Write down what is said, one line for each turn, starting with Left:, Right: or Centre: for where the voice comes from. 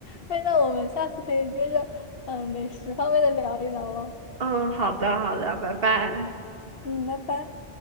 Left: 哎，那我们下次可以接着嗯、呃美食方面的聊一聊了，
Right: 嗯，好的，好的，拜拜。
Left: 嗯，拜拜。